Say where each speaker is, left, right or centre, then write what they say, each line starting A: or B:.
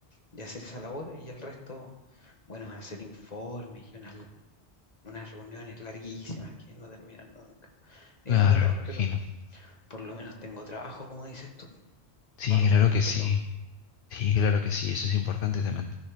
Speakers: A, on the left; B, on the left.
A: y hacer esa labor y el resto, bueno, es hacer informes y unas, unas reuniones larguísimas que no terminan nunca.
B: Claro,
A: Es agotador,
B: lo imagino.
A: pero por lo menos tengo trabajo, como dices tú,
B: Sí,
A: para lo
B: claro
A: complicado.
B: que sí. Sí, claro que sí, eso es importante también,